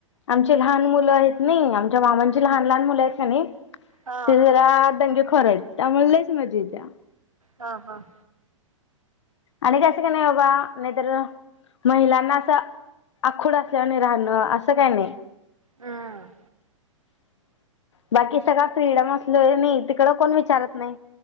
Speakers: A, on the left (about 60°); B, on the right (about 85°).
A: आमची लहान मुलं आहेत ना आमच्या मामांची लहान लहान मुलं आहेत ना
B: हा.
A: ती झरा दंग खरंच त्यामुळे लईच मज येत्या
B: हा हा
A: आणि कसं काही नाही बाबा नाही तरर महिलांना असं आखोड असल्यावरने राहणं असं काय नाही
B: हम्म
A: बाकी सगळ फ्रीडम असलोय नाही तिकड कोण विचारत नाही